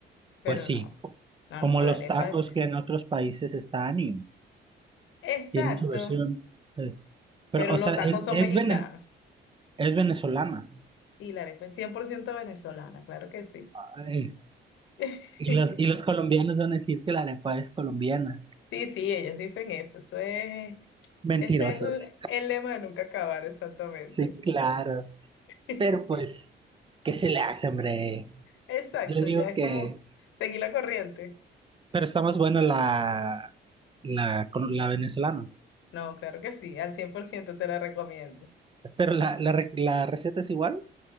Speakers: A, on the left (about 80°); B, on the right (about 25°).
A: pero
B: pues sí,
A: no,
B: co-
A: no,
B: como
A: no,
B: los
A: la arepa
B: tacos
A: es...
B: que en otros países están y
A: Exacto,
B: tienen su versión. Eh, Pero,
A: pero
B: o
A: los
B: sea,
A: tacos
B: es,
A: son
B: es,
A: mexicanos
B: vene- es venezolana.
A: y la arepa es 100% venezolana, claro que sí.
B: Ay,
A: <laughs>
B: y los, y los colombianos van a decir que la arepa es colombiana.
A: Sí, sí, ellos dicen eso, eso es,
B: Mentirosos.
A: ese es el, el lema de nunca acabar, exactamente.
B: Sí, claro.
A: <laughs>
B: Pero pues, ¿qué se le hace, hombre?
A: Exacto,
B: Yo digo
A: ya es
B: que...
A: como seguir la corriente.
B: Pero está más buena la, la, la venezolana.
A: No, claro que sí, al 100% te la recomiendo.
B: Pero la, la, re- la receta es igual